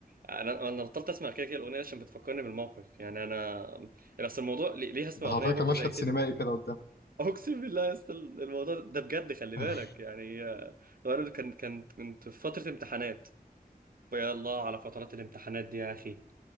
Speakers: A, on the right (about 60°); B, on the left (about 80°).
A: انا انا بطلت اسمع كده كده الاغنيه دي عشان بتفكرني بالموقف يعني انا بس الموضوع ليه ليه هسمع
B: حرفيا
A: اغنيه برضو
B: كان مشهد
A: زي كده
B: سينمائي كده قدام
A: <laughs> اقسم بالله يا اسطى الموضوع ده بجد خلي
B: <laughs>
A: بالك يعني آه، لو انا كان كان كنت في فتره امتحانات يا الله على فترات الامتحانات دي يا اخي